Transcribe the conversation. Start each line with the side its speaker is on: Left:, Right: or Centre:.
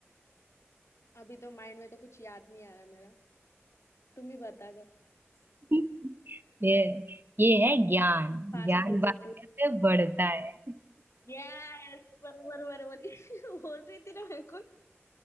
Left: अभी तो माइंड में तो कुछ याद नहीं आ रहा मेरा तुम ही बता दो
Right: <laughs> ये ये है ज्ञान
Left: पास
Right: ज्ञान
Left: कर
Right: बांटने
Left: देती हूँ
Right: से बढ़ता है
Left: यस बरोबर बरोबर <laughs> बोल रही थी ना मेरे को